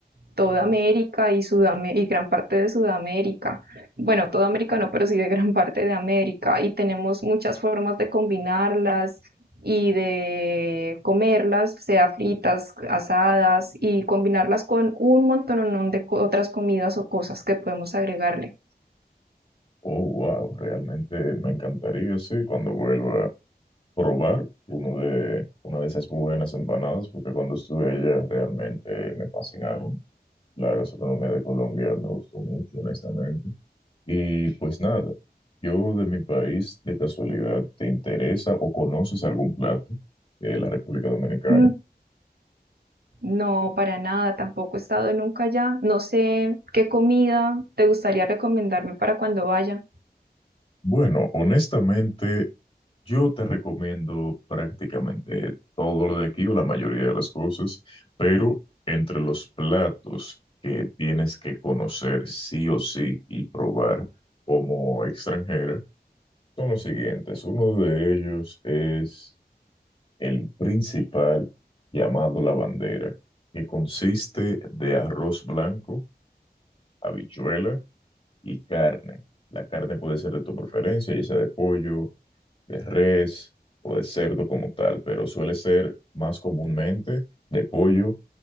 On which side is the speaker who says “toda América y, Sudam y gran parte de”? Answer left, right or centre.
Right